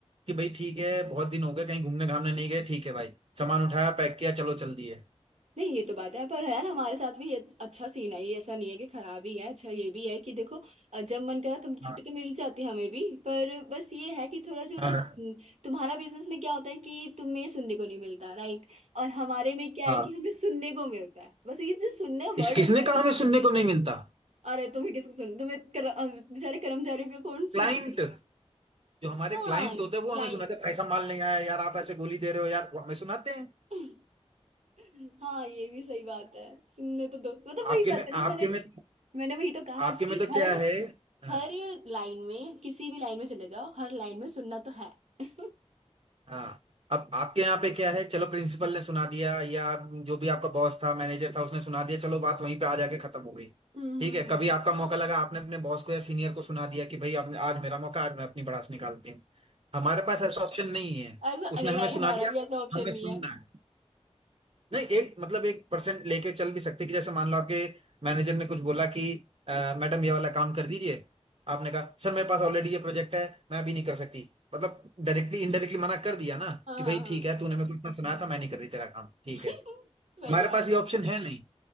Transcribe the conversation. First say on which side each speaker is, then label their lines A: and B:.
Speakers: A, on the right; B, on the right.
A: कि भाई ठीक है बहुत दिन हो गए कहीं घूमने घामने नहीं गए ठीक है भाई सामान उठाया पैक किया चलो चल दिए
B: नहीं ये तो बात है पर यार हमारे साथ भी ये अच्छा सीन है ये ऐसा नहीं है कि खराब ही है अच्छा ये भी है कि देखो अ, जब मन करा तुम छुट्टी
A: हाँ
B: तो मिल जाती है हमें भी पर बस ये है कि थोड़ा जो ना
A: हाँ
B: हम्म,
A: हाँ
B: तुम्हारा बिजनेस में क्या होता है कि तुम्हें सुनने को नहीं मिलता राइट और हमारे में क्या है
A: हाँ।
B: कि हमें सुनने को मिलता है बस ये जो सुनने
A: इस
B: वर्ड
A: किसने
B: होता है
A: कहा
B: ना
A: हमें सुनने को नहीं मिलता
B: अरे तुम्हें किसको सुन तुम्हें कर, अ, बेचारे कर्मचारियों को कौन
A: क्लाइंट
B: सुनाते हैं
A: जो हमारे
B: हाँ
A: क्लाइंट होते
B: क्लाइंट
A: हैं वो हमें सुनाते हैं, भाई साहब माल नहीं आया यार आप ऐसे गोली दे रहे हो यार वो हमें सुनाते हैं
B: <laughs> हाँ ये भी सही बात है सुनने तो दो मतलब वही
A: आपके
B: बात
A: में
B: है ना
A: आपके
B: मैंने
A: में
B: मैंने वही तो कहा
A: आपके
B: कि
A: में तो क्या
B: हर
A: है हाँ,
B: हर लाइन में किसी भी लाइन में चले जाओ हर लाइन में सुनना तो है <laughs> हम्म
A: हाँ अब आपके यहाँ पे क्या है चलो प्रिंसिपल ने सुना दिया या जो भी आपका बॉस था मैनेजर था उसने सुना दिया चलो बात वहीं पे आ जाके खत्म हो गई
B: हम्म
A: ठीक
B: हम्म।
A: है कभी आपका मौका लगा आपने अपने बॉस को या सीनियर को सुना दिया कि भाई आपने आज मेरा मौका आज मैं अपनी भड़ास निकालती हूँ हमारे पास ऐसा ऑप्शन नहीं
B: <laughs>
A: है
B: ऐसा
A: उसने
B: अरे
A: हमें
B: यार
A: सुना
B: हमारा
A: दिया
B: भी ऐसा ऑप्शन
A: हमें
B: नहीं
A: सुनना
B: है
A: है नहीं एक मतलब एक परसेंट लेके चल भी सकते कि जैसे मान लो आपके मैनेजर ने कुछ बोला कि "अ, मैडम ये वाला काम कर दीजिए आपने कहा सर मेरे पास ऑलरेडी ये प्रोजेक्ट है मैं अभी नहीं कर सकती मतलब डायरेक्टली इनडायरेक्टली मना कर दिया ना
B: हाँ
A: कि भाई
B: हाँ हाँ
A: ठीक है तूने मेरे को इतना सुनाया था मैं नहीं कर रही तेरा काम ठीक
B: <laughs>
A: है
B: सही
A: हमारे
B: बात
A: पास ये ऑप्शन है नहीं